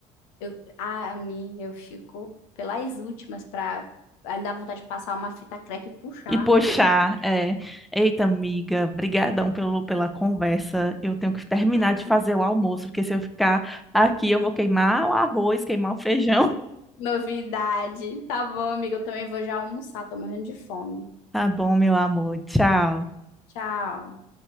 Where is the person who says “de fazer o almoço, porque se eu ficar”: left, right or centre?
Centre